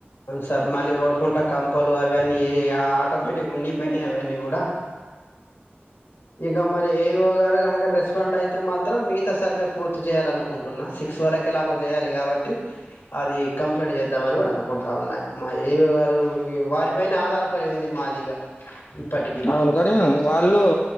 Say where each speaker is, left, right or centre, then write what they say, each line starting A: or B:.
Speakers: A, on the left; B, on the left.
A: టార్ మళ్ళీ రోడ్ పొంట కంపలు అవ్ దాన్ని ఏరియా ఆటోమేటిక్ ఉండి పోయినై అవన్ని కూడా ఇక మరి ఏ ఈ ఓ గారు గనక రెస్పాండ్ అయితే మాత్రం మిగతా సర్వే పూర్తి చేయాలి. అనుకుంటున్నా సిక్స్ వరకు ఎలాగో చేయాలి కాబట్టి అది కంప్లేట్ చేద్దామని కూడా అనుకుంటా ఉన్న మా ఏ ఈ ఓ గారు వారిపైనే ఆధారపడి ఉంది మాది ఇగ ఇప్పటికీ
B: అవును కనీ వాళ్ళు